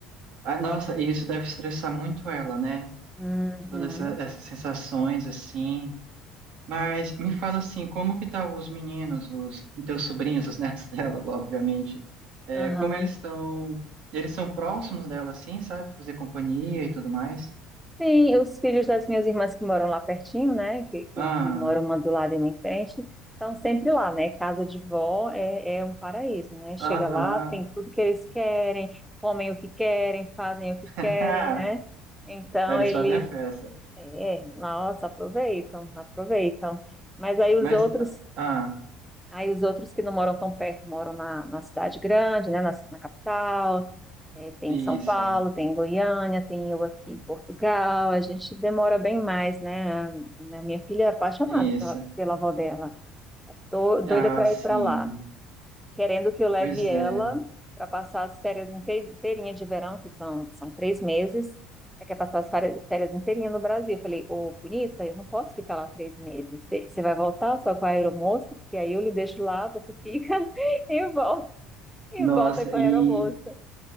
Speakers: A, on the right; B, in the centre.
A: Ah, nossa, e isso deve estressar muito ela, né?
B: Uhum,
A: Todas essa- essas sensações assim. Mas me fala assim, como que tá os meninos, os teus sobrinhos, os netos <laughs> dela, obviamente. É,
B: aham.
A: como eles estão, eles são próximos dela assim, sabe? Fazer companhia e tudo mais.
B: Sim, os filhos das minhas irmãs que moram lá pertinho, né? Que, que,
A: Ah,
B: que moram uma do lado e uma em frente, estão sempre lá, né? Casa de vó é, é um paraíso, né? Chega
A: aham.
B: lá, tem tudo que eles querem, comem o que querem, fazem o que
A: <laughs>
B: querem,
A: Ah,
B: né? Então
A: aí eles
B: eles,
A: fazem a festa.
B: é, nossa, aproveitam, aproveitam. Mas aí os
A: Mas
B: outros,
A: ah,
B: aí os outros que não moram tão perto, moram na, na cidade grande, né? Na, na capital é, tem
A: isso,
B: em São Paulo, tem em Goiânia, tem eu aqui em Portugal. A gente demora bem mais, né? A a minha filha é apaixonada
A: isso.
B: pela, pela avó dela. Tô doida
A: Ah,
B: para
A: sim.
B: ir para lá, querendo que eu leve
A: Pois
B: ela
A: é.
B: para passar as férias inte- inteirinha de verão, que são, são três meses. É quer passar as férias férias inteirinha no Brasil. Eu falei, ô, bonita, eu não posso ficar lá três meses. Você você vai voltar só com a aeromoça, porque aí eu lhe deixo lá, você fica <laughs> e volta, e
A: Nossa,
B: volta com
A: e
B: a aeromoça.